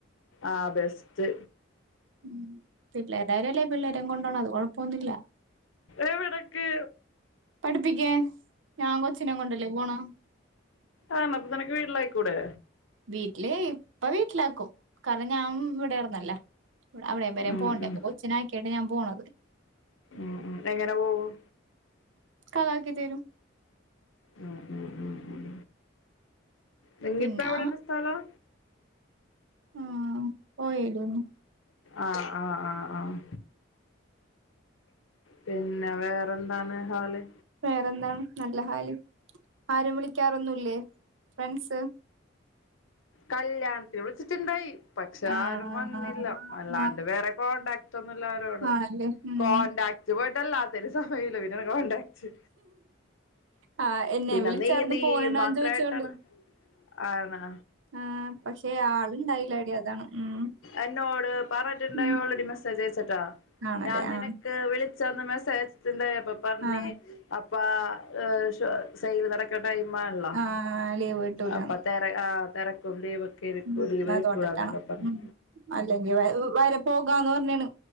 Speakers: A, on the left; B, on the right.
A: ആഹ് ബെസ്റ്റ്.
B: ഉം പിള്ളേരുടെ ആരുവല്ലേ പിള്ളേരേം കൊണ്ടോണത്. അത് കൊഴപ്പൊന്നുമില്ല.
A: എവിടക്ക്?
B: പഠിപ്പിക്കാൻ ഞാൻ കൊച്ചിനേം കൊണ്ടല്ലേ പോണെ.
A: ആഹ്. അപ്പൊ നിനക്ക് വീട്ടിലാക്കിക്കൂടെ?
B: വീട്ടില് ഇപ്പ വീട്ടിലാക്കും. കാരണം ഞാൻ ഇവിടെ ആർന്നല്ല. അവിടെയും വരേം
A: ഉം
B: പോവണ്ടേ.
A: ഉം
B: അപ്പൊ കൊച്ചിനാക്കിയിട്ടാ ഞാൻ പോണത്?
A: ഉം ഉം എങ്ങനെ പോവും?
B: ഇക്കാക്ക ആക്കി തരും.
A: ഉം ഉം ഉം ഉം നിങ്ങപ്പ
B: പിന്നെ
A: എവിടാണ് സ്ഥലം?
B: ആഹ് പോയേടി ഒന്ന്.
A: ആഹ് ആഹ് ആഹ് ആഹ് പിന്നെ വേറെ എന്താണ് ഹാല്?
B: വേറെന്താണ് നല്ല ഹാല് ആരും വിളിക്കാറൊന്നൂല്ലേ? ഫ്രണ്ട്സ്
A: കല്യാണത്തിന് വിളിച്ചിട്ടുണ്ടായി പക്ഷെ
B: ആഹ്
A: ആരും വന്നില്ല അല്ലാണ്ട് വേറെ കോണ്ടാക്ട് ട്ടൊന്നൂല്ലാ രോടും
B: ആണല്ലേ ഉം
A: കോണ്ടാക്ട് പോയിട്ട് അല്ലാത്തേന് സമയം ഇല്ല പിന്നാണ് കോണ്ടാക്ട്.
B: ആ എന്നെ
A: പിന്നെ
B: വിളിച്ചാർന്നു
A: നീ നീയും
B: പോണുണ്ടാന്ന്
A: മാത്രമായിട്ടാണ്
B: ചോദിച്ചോണ്ട്
A: ആണാ?
B: ആഹ് പക്ഷെ ആളുണ്ടായില്ലാടീ. അതാണ് ഉം
A: എന്നോട് പറഞ്ഞിട്ടുണ്ടായി
B: ഉം.
A: ഓൾറെഡി മെസ്സേജ് അയച്ചിട്ടാ
B: ആണല്ലേ
A: ഞാൻ നിനക്ക്
B: ആ
A: ക്ക് വിളിച്ചന്ന് മെസ്സേജ് അയച്ചിട്ടുണ്ടായി അപ്പ പറഞ്ഞ്
B: ആ
A: അപ്പാ ഏഹ് ഷൊ സെയില് നടക്കണ ടൈമാണല്ലോ
B: ആ ലീവ് കിട്ടൂലാന്ന്
A: അപ്പൊ തെര ആഹ് തിരക്കും <unintelligible> കേറിക്കൂടി
B: ഉം
A: ഇവിടെ
B: അതോണ്ടിട്ടാണ്
A: ഇട്ടൂടാന്നൊക്കെ പറഞ്ഞ്
B: ഉം അല്ലെങ്കി വ വരെ പോകാന്ന് പറഞ്ഞേണ്